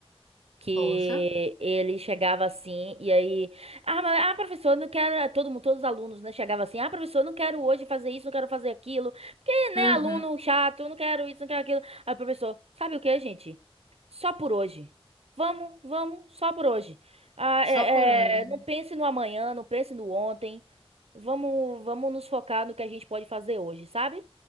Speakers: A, on the right (about 75°); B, on the left (about 40°).
A: que
B: Poxa.
A: ele chegava assim e aí, ah, mas, ah, professor, eu não quero, todo mundo, todos os alunos, né, chegava assim, ah, professor, eu não quero hoje fazer isso, não quero fazer aquilo, porque, né,
B: Uhum.
A: aluno chato, eu não quero isso, não quero aquilo. Aí, o professor, sabe o que, gente? Só por hoje. Vamos, vamos, só por hoje. Ah, é,
B: Só por hoje.
A: é, não pense no amanhã, não pense no ontem. Vamos, vamos nos focar no que a gente pode fazer hoje, sabe?